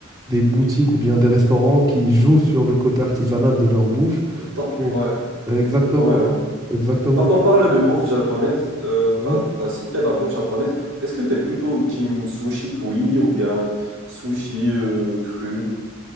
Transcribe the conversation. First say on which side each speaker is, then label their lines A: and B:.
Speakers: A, on the right; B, on the right.
A: des boutiques ou bien des restaurants qui jouent sur le côté artisanal de leur bouffe
B: Tant-
A: pour...
B: Ouais,
A: Exactement,
B: ouais, ouais.
A: exactement.
B: Quand
A: pour-
B: on parle de bouffe japonaise, euh,
A: ouais.
B: t'as, t'as cité la bouffe japonaise. Est-ce que t'es plutôt team sushi cuit ou bien sushi euh, cru?